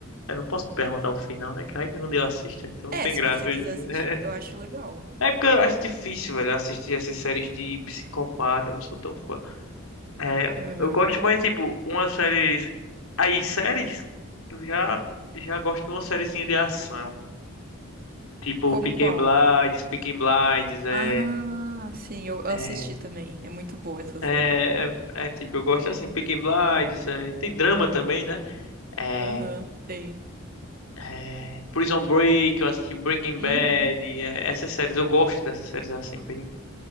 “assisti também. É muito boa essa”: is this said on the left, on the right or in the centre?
Right